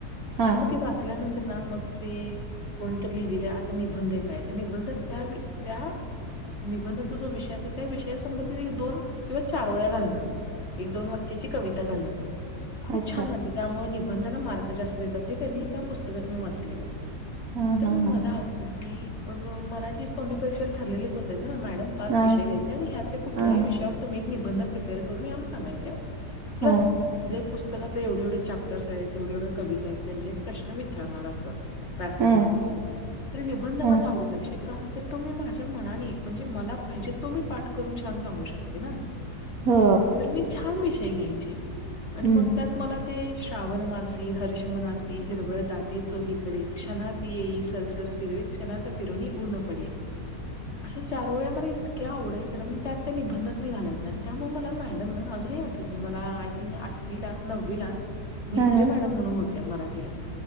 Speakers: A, on the right; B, on the left.
A: हा
B: आणि मग ते वाचल्यानंतर ना मग ते कोणीतरी लिहिलेलं आता निबंध काय तर निबंध त्या त्या निबंधाचा जो विषय अस त्या विषयासंबंधी एक दोन किंवा चार वळ्या घालणं एक दोन वाक्याची कविता घालणं खूप
A: अच्छा.
B: छान वाटतं त्यामुळे निबंधाला मार्क जास्त देतात हे त्यांनी त्या पुस्तक मी वाचलेलं
A: हा
B: तर
A: हा
B: म
A: हा.
B: मला असं की मराठी तोंडी परिषदेत ठरलेलीच ना मॅडम पाच
A: हा
B: विषय द्यायचे आणि ह्यातल्याुठल्याही
A: हा
B: विषयावर तुम्ही एक निबंध प्रिपेअर करून या मग सांगायच्या प्लस
A: हा
B: जे पुस्तकातलं एवढे एवढे चॅप्टर्स आहेत एवढे एवढ कविता आहेत त्यांचे एक प्रश्न विचारणार असतात व्याकरण
A: हा
B: वगैरे तररी निबंध माझा
A: हा
B: आवडीचा विषय काय तर तो मी माझ्या मनाने म्हणजे मला पाहिजे तो मी पाठ करून छान सांगू शकते ना
A: हो
B: तर मी छान विषय घ्यायचे आणि
A: हम्म.
B: मग त्यात मला ते श्रावण मासी हर्ष मनासी हिरवळ दाटे चोही करडे क्षणात येई सरसत शेर्वे क्षणाात फिरोणी ऊ न पडे अशा चार वळ्या मला इतक्या आवडायच्या ना मग त्या निबंधात मी घालायच्या आणि त्यामुळे मला मॅडम न अजूनही आठवत मला आय थंक आठवी ला नववी ला म्हेत्र
A: हा हा
B: मॅडम म्हणून होत्या मराठीला